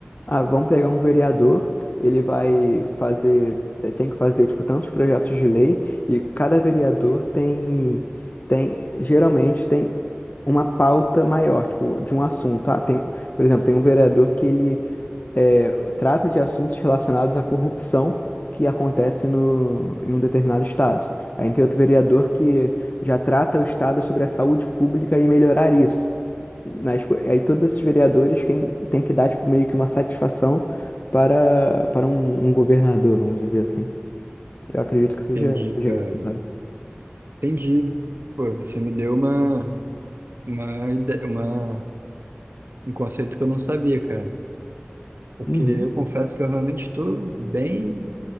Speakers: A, on the left; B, on the right.
A: Ah, vamos pegar um vereador, ele vai fazer, tem que fazer, tipo, tantos projetos de lei, e cada vereador tem, tem, geralmente tem uma pauta maior, tipo, de um assunto. Ah, tem, por exemplo, tem um vereador que ele é, trata de assuntos relacionados à corrupção que acontece no, em um determinado estado. Aí tem outro vereador que já trata o estado sobre a saúde pública e melhorar isso. Mas pô, aí todos esses vereadores quem tem que dar tipo, meio que uma satisfação para, para um, um governador, vamos dizer assim. Eu acredito que seja,
B: Entendi,
A: seja
B: cara.
A: isso, sabe?
B: Entendi. Pô, você me deu uma, uma, ide- uma, um conceito que eu não sabia, cara. Porque
A: Uhum.
B: eu confesso que eu realmente estou bem